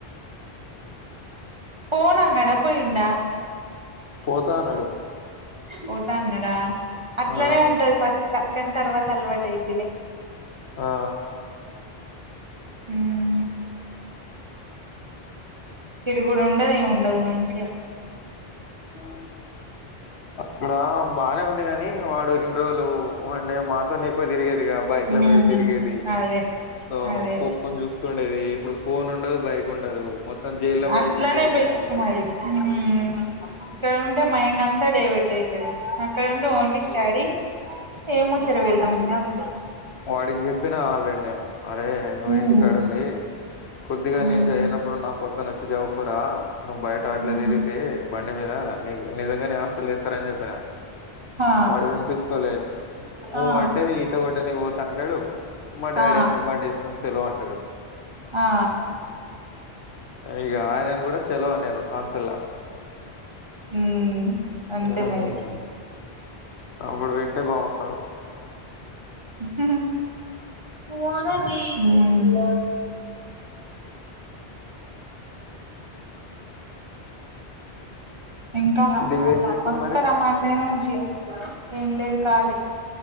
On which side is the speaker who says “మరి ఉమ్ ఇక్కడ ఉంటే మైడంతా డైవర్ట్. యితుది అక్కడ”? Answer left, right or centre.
Right